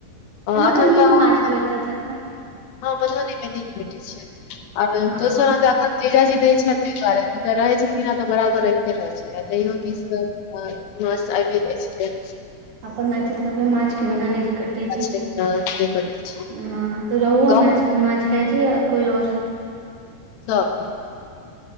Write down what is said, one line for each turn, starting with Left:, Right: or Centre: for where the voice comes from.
Right: एमहर
Left: अखन
Right: तऽ नीक
Left: अहाँके
Right: माछ भेट हैत ने
Left: हँ मधुबनी मे नीक भेटैत छै आओर
Right: हँ
Left: दोसर ह त एखन जीजाजी नहि छथि ताहि दुआरे त रहै छै कि नहि तऽ बराबर रहै तेरज य गीत मस आ जा छै।
Right: अपन मैथिल सबके माछ के बिना नहि कटे
Left: अच्छा
Right: छै
Left: नहि कटै छै
Right: ह तऽ रहु
Left: गाँव
Right: माछ कुन माछ खाइ छै या कोई आओर
Left: सब